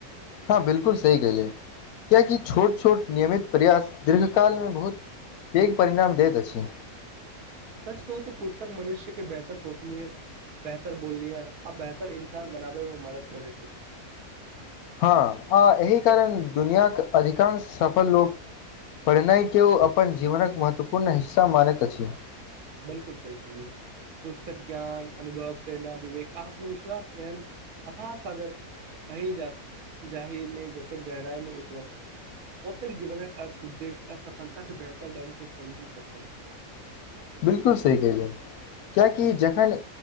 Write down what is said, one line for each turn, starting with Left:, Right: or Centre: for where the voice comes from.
Left: हँ बिलकुल सही कलै कियाकि छोट- छोट नियमित प्रयास दीर्घकालमे बहुत पैघ परिणाम दैत अछि।
Right: सच कहू तऽ पुस्तक मनुष्य के बेहतर सोचनी ह बेहतर बोलनी आ बेहतर इन्सान बनाबेमे मदद करत।
Left: हँ आ एहि कारण दुनियाक अधिकांश सफल लोक पढ़नाइ के ओ अपन जीवनक महत्वपूर्ण हिस्सा मानैत अछि।
Right: बिलकुल सही के लि पुस्तक ज्ञान अनुभव प्रेरणा विवेक आत्मविश्वास एहन अथाश अगर अ जा जाहिमे जते गहराइ मे उतरब ओतेक जीवनक अर्थ उद्देश्य आ सफलता के बेहतर ढंग से समझि सकब।
Left: बिलकुल सही कलियै कियाकि जखन।